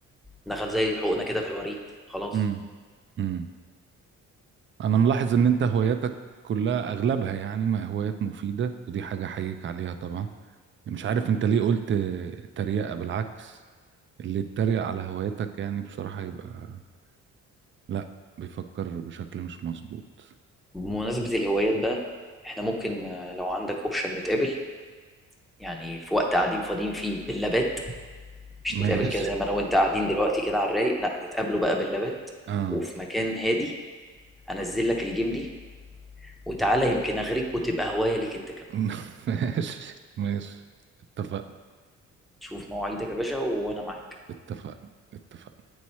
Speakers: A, in the centre; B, on the right.
A: دخل زي حقنة كده في الوريد خلاص
B: امم امم انا ملاحظ ان انت هواياتك كلها اغلبها يعني ما هوايات مفيدة ودي حاجة احييك عليها طبعا مش عارف انت ليه قلت تريقة بالعكس اللي يتريق على هواياتك يعني بصراحة يبقى لا بيفكر بشكل مش مظبوط
A: بمناسبة الهوايات بقى احنا ممكن آه، لو عندك اوبشن نتقابل يعني في وقت قاعدين فاضيين فيه باللابات مش
B: ماشي
A: نتقابل كده زي ما انا وانت قاعدين دلوقتي كده على الرايق لا نتقابله بقى باللابات
B: اه
A: وفي مكان هادي انزل لك الجيم دي وتعالى يمكن اغريك وتبقى هواية ليك انت كمان
B: <laughs> ماشي ماشي اتفقنا
A: شوف مواعيدك يا باشا وانا معاك
B: اتفقنا اتفقنا